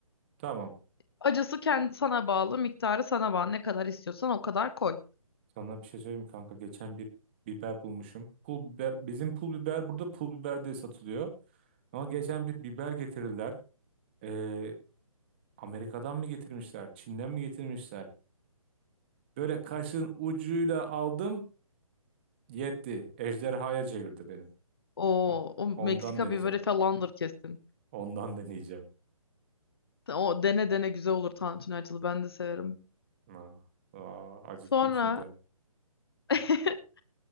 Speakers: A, on the right (about 20°); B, on the left (about 45°).
A: Tamam.
B: Acısı kendi sana bağlı, miktarı sana bağlı. Ne kadar istiyorsan o kadar koy.
A: Sana bir şey söyleyeyim mi kanka. Geçen bir biber bulmuşum. Pul biber. Bizim pul biber burada pul biber diye satılıyor. Ama geçen bir biber getirdiler. Ee, Amerika'dan mı getirmişler? Çin'den mi getirmişler? Böyle kaşın ucuyla aldım. Yetti. Ejderhaya çevirdi beni.
B: O,
A: O-
B: o Meksika
A: ondan deneyeceğim.
B: biberi falandır kesin.
A: Ondan deneyeceğim.
B: O dene dene güzel olur tantuni acılı. Ben de severim.
A: Aa, aa, acıktım
B: Sonra
A: şimdiden.
B: <laughs>